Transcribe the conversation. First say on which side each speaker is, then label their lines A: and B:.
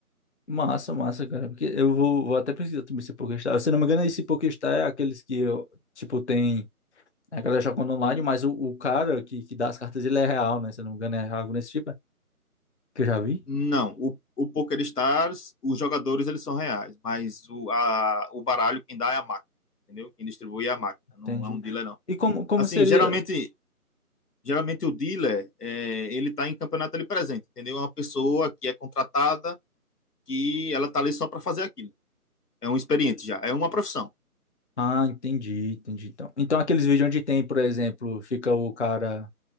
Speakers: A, on the left; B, on the left.
A: Massa, massa, cara. Porque eu vou, vou até precisar também esse Pokéstar. Se não me engano, esse Pokéstar é aqueles que, eu, tipo, tem. A galera jogando online, mas o, o cara que, que dá as cartas, ele é real, né? Se não me engano, é algo nesse tipo, Que eu já vi?
B: Não, o, o Poker Stars, os jogadores, eles são reais, mas o, a, o baralho quem dá é a máquina, entendeu? Quem distribui é a máquina, não
A: Entendi.
B: é um dealer, não.
A: E como, como
B: Assim,
A: seria?
B: geralmente, geralmente o dealer, é, ele tá em campeonato ali presente, entendeu? É uma pessoa que é contratada, que ela tá ali só para fazer aquilo. É um experiente já, é uma profissão.
A: Ah, entendi, entendi. Então, então aqueles vídeos onde tem, por exemplo, fica o cara.